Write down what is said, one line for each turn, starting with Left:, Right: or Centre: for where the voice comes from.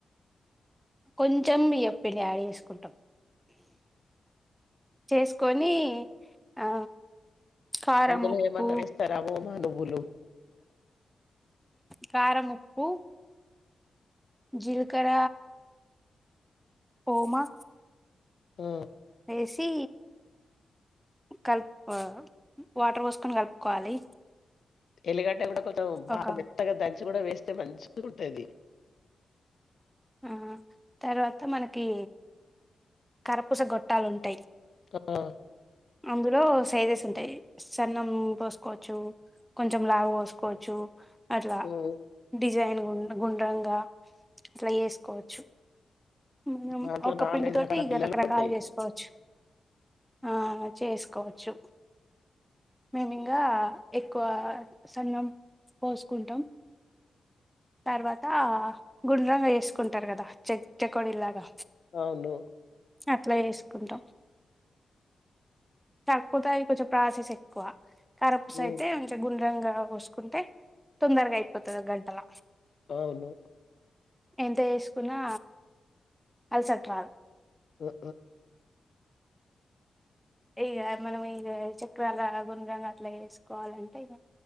Centre: కొంచెం బియ్యం పిండి యాడ్ చేసుకుంటాం చేసుకొని ఆ కారం
Left: అందులో
Centre: ఉప్పు
Left: ఏమన్నా వేస్తారా ఓమ్ నువ్వులు
Centre: కారం, ఉప్పు జిలకర్ర, ఒమా
Left: ఉ
Centre: వేసి కలుపు వాటర్ పోసుకొని కలుపుకోవాలి
Left: ఎలిపెంట కూడా బాగా
Centre: ఒక
Left: మెత్తగా దంచ్ చి కూడా వేస్తే మంచిగా ఉంటది
Centre: ఆ తర్వాత మనకి కారాపుస గొట్టాలు ఉంటాయి
Left: ఆ
Centre: అందులో సైజెస్ ఉంటాయి సన్నము పోసుకోవచ్చు కొంచెం లావ్ పోసుకోవచ్చు అట్లా
Left: ఉమ్,
Centre: డిజైన్ కూ గుండ్రంగా అట్లా వేసుకోవచ్చు మనం
Left: దాంట్లో
Centre: ఒక
Left: నాలుగైదు
Centre: పిండి తోటి
Left: రకాల
Centre: ఇగ
Left: బిల్లలు
Centre: రకరకాలు
Left: ఉంటాయి
Centre: చేసుకోవచ్చు ఆ చేసుకోవచ్చు మేము ఇంగ ఎక్కువ సన్నం పోసుకుంటాం తర్వాత గుండ్రంగా జేసుకుంటారు కదా చె చెకోడిల్లాగా
Left: అవును
Centre: అట్లా జే సుకుంటాం కాకపోతే అది కొంచెం ప్రాసెస్ ఎక్కువ కారాప్పూస
Left: హ్మ్.
Centre: అయితే కొంచం గుండ్రంగా పోసుకుంటే తొందరగా అయిపోతది గంటల
Left: అవును
Centre: ఎంత జేసుకున్నా అలసట రాదు
Left: ఉ
Centre: ఇగ మనం ఇగ చెక్రాళ్లాగ గుండ్రంగా అట్లా జేసుకోవాలంటే ఇక